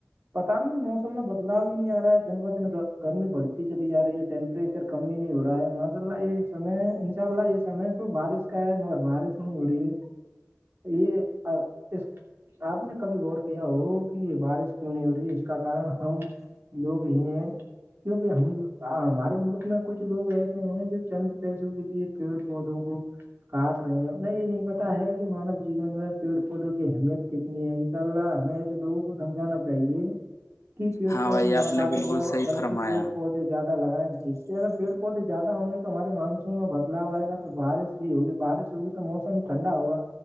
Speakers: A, on the right (about 50°); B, on the left (about 80°).
A: پتا نہیں موسم میں بدلاؤ ہی نہیں آ رہا ہے دن ب دن گرمی بڑھتی چلی جا رہی ہے ٹٹیمپریچر کم ہی نہیں ہو رہا ہے ماشا اللہ یہ سنے انشاء اللہ سمے تو بارش کا ہے مگر بارش نہیں ہو رہی ہے یہ اس آپ نے کبھی غور کیا ہو کہ یہ بارش کیوں نہیں ہو رہی ہے اس کارن ہم لوگ ہی ہیں کیوںکہ ہم ہمارے ملک میں کچھ لوگ ایسے ہیں جو چند پیسوں کے لیے پودوں کو کاٹ رہے ہیں انہیں یہ نہیں پتا ہے کہ مانو جیون میں پیڑ پودوں کی اہمیت کتنی ہے انشاء اللہ ہمیں ایسے لوگوں کو سمجھانا چاہیے پیڑ
B: ہاں
A: پودے
B: بھائی
A: نا
B: آپ
A: کاٹے
B: نے بالکل صحیح
A: بلکہ
B: فرمایا
A: پیڑ پودے زیادہ لگائیں جس سے اگر پیڑ پودے زیادہ ہوں گے تو ہمارے مانسون میں بدلاؤ آئے گا تو بارش بھی ہوگی بارش ہوگی تو موسم ٹھنڈا ہوگا